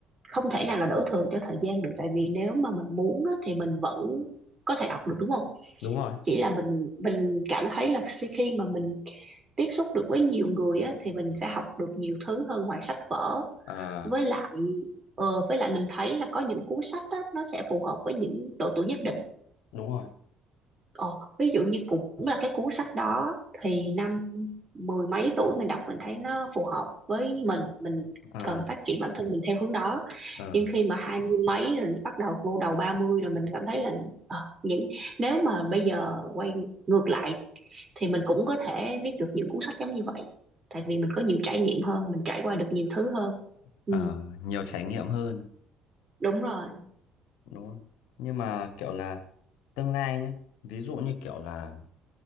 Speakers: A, on the right; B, on the left.
A: không thể nào là đổ thừa cho thời gian được tại vì nếu mà mình muốn á, thì mình vẫn có thể đọc được đúng không
B: đúng rồi
A: chỉ là mình mình cảm thấy là khi khi mà mình tiếp xúc được với nhiều người á, thì mình sẽ học được nhiều thứ hơn ngoài sách vở
B: à
A: với lại ờ, với lại mình thấy là có những cuốn sách á, nó sẽ phù hợp với những độ tuổi nhất định
B: đúng rồi
A: Ờ, ví dụ như cũng là cái cuốn sách đó thì năm mười mấy tuổi mình đọc mình thấy nó phù hợp với mình mình
B: à
A: cần phát triển bản thân mình theo hướng đó
B: ờ,
A: nhưng khi mà hai mươi mấy rồi bắt đầu vô đầu ba mươi rồi mình cảm thấy là ờ, những nếu mà bây giờ quay ngược lại thì mình cũng có thể viết được những cuốn sách giống như vậy tại vì mình có nhiều trải nghiệm hơn mình trải qua được nhiều thứ hơn ừ,
B: ờ, nhiều trải nghiệm hơn
A: đúng rồi
B: đúng không? Nhưng mà kiểu là tương lai nhé, ví dụ như kiểu là